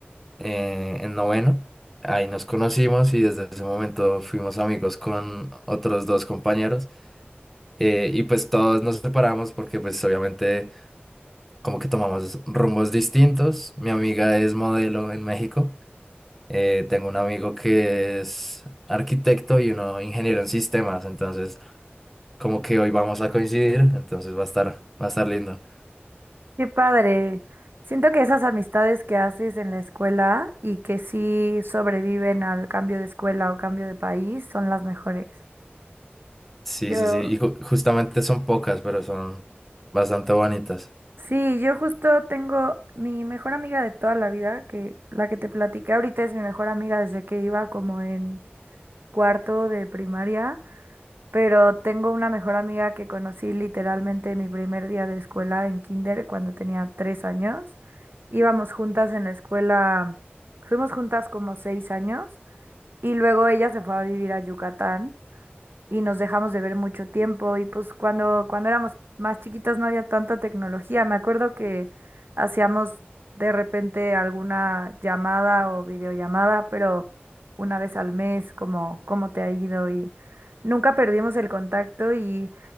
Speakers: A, in the centre; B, on the right.
A: eh, en noveno, ahí nos conocimos y desde ese momento fuimos amigos con otros dos compañeros eh, y pues todos nos separamos porque pues obviamente como que tomamos rumbos distintos. Mi amiga es modelo en México. Eh, tengo un amigo que es arquitecto y uno ingeniero en sistemas. Entonces, como que hoy vamos a coincidir. Entonces va a estar, va a estar lindo.
B: Qué padre. Siento que esas amistades que haces en la escuela y que sí sobreviven al cambio de escuela o cambio de país son las mejores.
A: Sí,
B: Yo,
A: sí, sí. Y ju- justamente son pocas, pero son bastante bonitas.
B: sí, yo justo tengo mi mejor amiga de toda la vida, que la que te platiqué ahorita es mi mejor amiga desde que iba como en cuarto de primaria. pero tengo una mejor amiga que conocí literalmente mi primer día de escuela en kinder cuando tenía tres años. Íbamos juntas en la escuela, fuimos juntas como seis años y luego ella se fue a vivir a Yucatán y nos dejamos de ver mucho tiempo y pues cuando, cuando éramos más chiquitas no había tanta tecnología. Me acuerdo que hacíamos de repente alguna llamada o videollamada, pero una vez al mes, como cómo te ha ido y nunca perdimos el contacto y